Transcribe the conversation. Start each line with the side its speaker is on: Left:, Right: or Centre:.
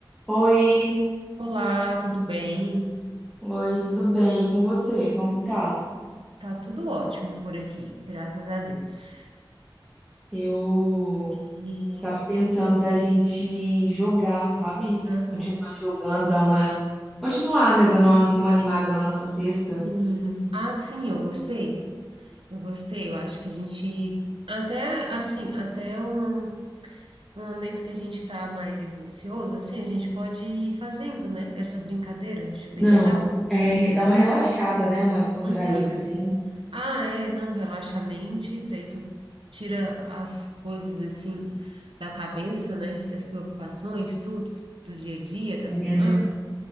Centre: Oi,
Right: Olá, tudo bem?
Centre: oi, tudo bem? E com você? Como que tá?
Right: Tá tudo ótimo por aqui, graças a Deus.
Centre: Eu
Right: E,
Centre: tava pensando da gente jogar, sabe?
Right: aham,
Centre: Continuar jogando, dar uma. Continuar, né? Dando uma uma animada na nossa sexta.
Right: sim. Ah, sim, eu gostei. Eu gostei, eu acho que a gente até assim, até um, um momento que a gente tá mais ocioso, assim, a gente pode ir fazendo, né? Essa brincadeira, acho bem
Centre: Não,
Right: legal.
Centre: é re- dar uma relaxada, né? Uma descontraída,
Right: Aham.
Centre: assim.
Right: Ah, é, não, relaxa a mente, daí tu tira as coisas assim da cabeça, né? As preocupações, tudo, do dia a dia, da
Centre: É,
Right: semana.
Centre: né?